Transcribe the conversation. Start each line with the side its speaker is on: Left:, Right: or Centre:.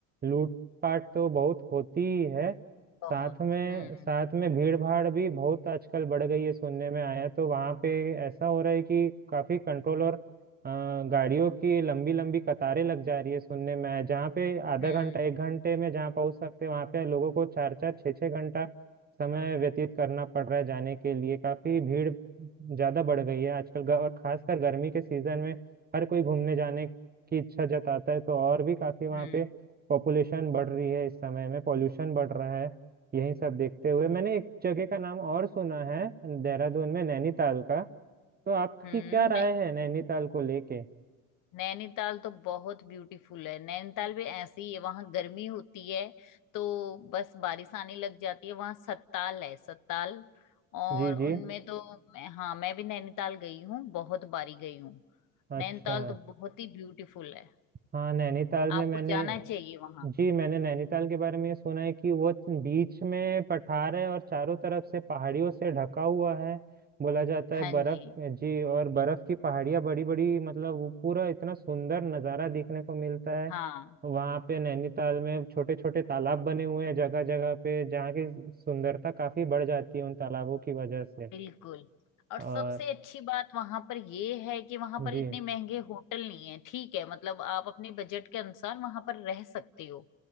Right: लूटपाट तो बहुत होती ही है
Left: बहुत
Right: साथ में
Left: हम्म
Right: साथ में भीड़ भाड़ भी बहुत आजकल बढ़ गई है सुनने में आया है। तो वहाँ पे ऐसा हो रहा है कि काफी कंट्रोल और अ, गाड़ियों की लंबी लंबी कतारें लग जा रही है सुनने में आया जहाँ पे आधा
Left: हम्म
Right: घंटा एक घंटे में जहाँ पहुंच सकते हैं वहाँ पे लोगों को चार चार छः छः घंटा समय व्यतीत करना पड़ रहा है जाने के लिए काफी भीड़ ज्यादा बढ़ गई है आजकल ग- और खासकर गर्मी के सीजन में हर कोई घूमने जाने की इच्छा जताता है तो और भी काफी वहाँ
Left: हम्म
Right: पे पॉपुलेशन बढ़ रही है इस समय में पॉल्यूशन बढ़ रहा है यही सब देखते हुए मैंने एक जगह का नाम और सुना है देहरादून में नैनीताल का तो आपकी
Left: हम्म
Right: क्या राय
Left: नहीं
Right: है नैनीताल को लेके
Left: नैनीताल तो बहुत ब्यूटीफुल है नैनीताल भी ऐसे ही है वहां गर्मी होती है तो बस बारिश आने लग जाती है वहां सत्ताल है सत्ताल और
Right: जी जी
Left: उनमें तो मैं, हाँ मैं भी नैनीताल गई हूँ बहुत बारी गई हूँ
Right: अच्छा
Left: नैनीताल तो बहुत ही ब्यूटीफुल है
Right: हाँ नैनीताल में
Left: आपको
Right: मैंने
Left: जाना चाहिए वहां
Right: जी मैंने नैनीताल के बारे में ये सुना है कि वो बीच में पठार है और चारों तरफ से पहाड़ियों से ढका हुआ है बोला जाता
Left: हाँ
Right: है बर्फ
Left: जी
Right: जी और बर्फ की पहाड़ियाँ बड़ी बड़ी मतलब वो पूरा इतना सुंदर नज़ारा देखने को मिलता है
Left: हाँ
Right: वहाँ पे नैनीताल में छोटे छोटे तालाब बने हुए हैं जगह जगह पे जहाँ की सुंदरता काफी बढ़ जाती है उन तालाबों की वजह से
Left: बिल्कुल और
Right: और
Left: सबसे अच्छी बात वहां पर ये है कि वहां पर
Right: जी
Left: इतने महंगे होटल नहीं है ठीक है मतलब आप अपने बजट के अनुसार वहां पर रह सकते हो